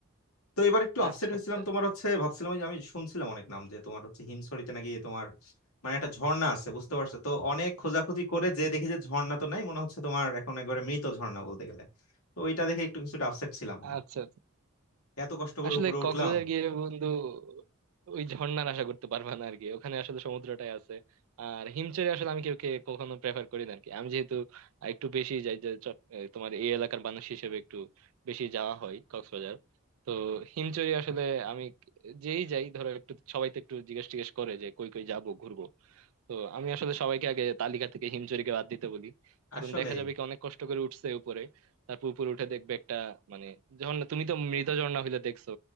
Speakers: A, on the left; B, on the right.
A: তো এবার একটু আপসেট
B: আচ্ছা
A: হয়েছিলাম
B: আচ্ছা
A: তোমার হচ্ছে ভাবছিলাম ওই যে আমি শুনছিলাম অনেক নাম যে তোমার হচ্ছে হিমছড়িতে নাকি তোমার মানে একটা ঝর্ণা আছে বুঝতে পারছো তো অনেক খোঁজাখুঁজি করে যে দেখি যে ঝর্ণা তো নাই মনে হচ্ছে তোমার এখন একবারে মৃত ঝর্ণা বলতে গেলে তো ওইটা দেখে একটু কিছুটা আপসেট ছিলাম
B: আচ্ছা আচ্ছা
A: এত কষ্ট করে
B: আসলে
A: উপরে উঠলাম
B: কক্সবাজার গিয়ে বন্ধু ওই ঝর্ণার আশা করতে পারবা না আরকি ওখানে আসলে সমুদ্রটাই আছে আর হিমচরে আসলে আমি কেউ কে কখনো প্রেফার করি না আরকি আমি যেহেতু একটু বেশি যাই যে চট- এ, তোমার এই এলাকার মানুষ হিসেবে একটু বেশি যাওয়া হয় কক্সবাজার তো হিমচরে আসলে আমি যেই যাই ধরো একটু সবাই তো একটু জিজ্ঞেস টিজ্ঞেস করে যে কই কই যাবো ঘুরবো তো আমি আসলে সবাইকে আগে তালিকা থেকে হিমচুরিকে বাদ দিতে বলি কারণ
A: আসলেই
B: দেখা যাবে কি অনেক কষ্ট করে উঠছে উপরে তারপর উপরে উঠে দেখবে একটা মানে যখন তুমি তো মৃত ঝর্ণা হইলে দেখছো